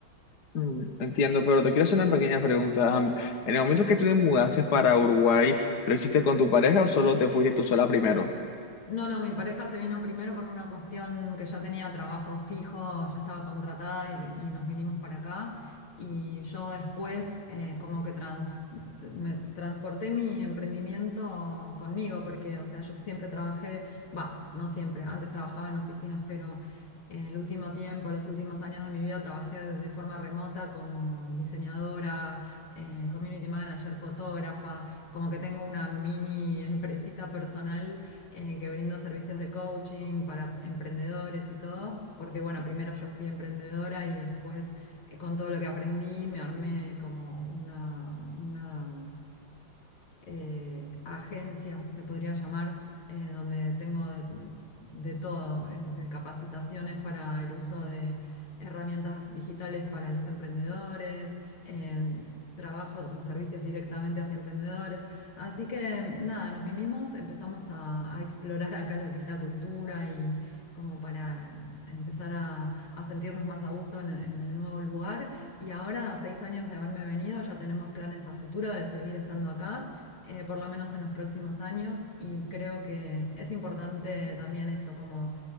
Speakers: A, on the left; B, on the left.
A: Mm, Entiendo, pero te quiero hacer una pequeña pregunta. Am, en el momento que tú te mudaste para Uruguay, ¿lo hiciste con tu pareja o solo te fuiste tú sola primero?
B: No, no, mi pareja se vino primero por una cuestión que ya tenía trabajo fijo, ya estaba contratada y, y nos vinimos para acá. Y yo después eh, como que trans- me transporté mi emprendimiento conmigo, porque, o sea, yo siempre trabajé, va, no siempre, antes trabajaba en oficinas, pero eh, el último tiempo, los últimos años de mi vida trabajé de forma remota como diseñadora, eh, community manager, fotógrafa, como que tengo una mini empresita personal eh, que brindo servicios de coaching para emprendedores y todo, porque bueno, primero yo fui emprendedora y después eh, con todo lo que aprendí me armé como una, una eh, agencia, se podría llamar, eh, donde tengo de, de todo, desde capacitaciones para el uso de herramientas digitales para los emprendedores, eh, trabajo con servicios directamente hacia emprendedores. Así que nada, nos vinimos, empezamos a, a explorar acá lo que es la cultura y como para empezar a, a sentirnos más a gusto en en el nuevo lugar. Y ahora, a seis años de haberme venido, ya tenemos planes a futuro de seguir estando acá eh, por lo menos en los próximos años, y creo que es importante también eso, como